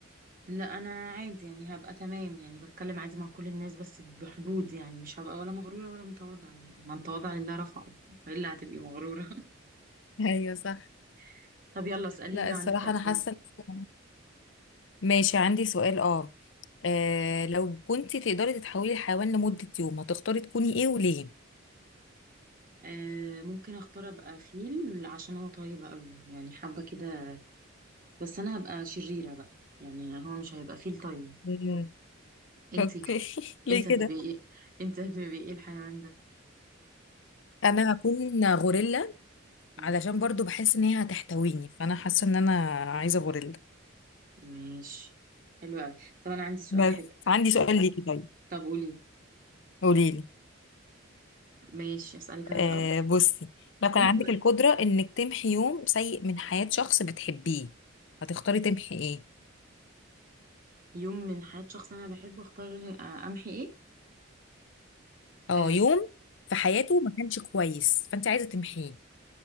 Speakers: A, on the right (about 45°); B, on the left (about 65°).
A: لا انا عادي يعني هبقى تمام يعني بتكلم عادي مع كل الناس بس بحدود يعني مش هبقى ولا مغرورة ولا متواضعة يعني من تواضع لله رفعه الا هتبقي مغرورة
B: ايوه صح
A: <laughs> طب يلا اسأليني
B: لا
A: لو
B: الصراحة
A: عندك أسئلة
B: أنا حاسة إن- ماشي عندي سؤال آه آه، لو كنتي تقدري تتحولي لحيوان لمدة يوم هتختاري تكوني إيه وليه؟
A: آه ممكن اختار ابقى فيل عشان هو طيب قوي يعني حابة كده بس انا هبقى شريرة بقى يعني هو مش هيبقى فيل طيب
B: مم.
A: انتي
B: اوكي <laughs> ليه
A: انت هتبقي ايه انت هتبقي ايه الحيوان
B: انا هكون غوريلا
A: ده
B: علشان برضو بحس ان هي هتحتويني فانا حاسه ان انا عايزه غوريلا
A: ماشي حلو قوي طب انا عندي سؤال
B: بس
A: حلو
B: عندي سؤال ليكي طيب
A: طب قولي
B: قولي لي
A: ماشي اسالك انا
B: آه
A: الاول
B: بصي لو كان
A: انت
B: عندك القدرة انك تمحي يوم سيء من حياة شخص بتحبيه هتختاري تمحي ايه؟
A: يوم من حياة شخص انا بحبه اختار آه، امحي ايه
B: اه
A: آه،
B: يوم في حياته ما كانش كويس فانت عايزه تمحيه